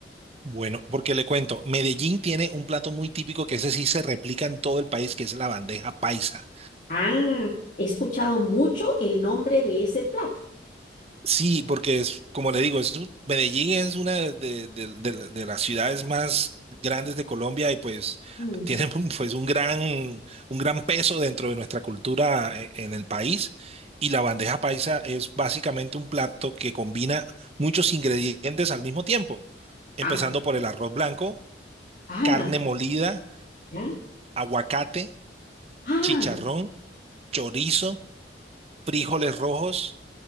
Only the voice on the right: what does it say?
Bueno, porque le cuento, Medellín tiene un plato muy típico que ese sí se replica en todo el país, que es la bandeja paisa.
Sí, porque es, como le digo, es, un- Medellín es una de, de- de- de- de las ciudades más grandes de Colombia y pues
tiene <laughs> un- pues un gran, un gran peso dentro de nuestra cultura eh, en el país. Y la bandeja paisa es básicamente un plato que combina muchos ingredientes al mismo tiempo, empezando
por el arroz blanco
carne molida,
aguacate,
chicharrón, chorizo, frijoles rojos